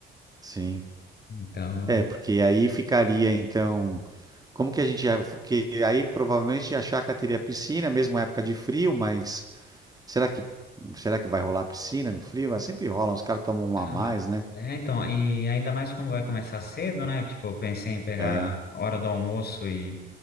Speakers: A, on the right; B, on the left.
A: Sim.
B: Então.
A: É, porque aí ficaria, então. Como que a gente ia. Porque aí provavelmente a chácara teria piscina, mesmo época de frio, mas será que, será que vai rolar piscina no frio? Ah, Sempre rola, os caras tomam uma
B: Ah,
A: a mais, né?
B: é, então, e ainda mais como vai começar cedo, né? Tipo, eu pensei em pegar
A: É,
B: a hora do almoço e,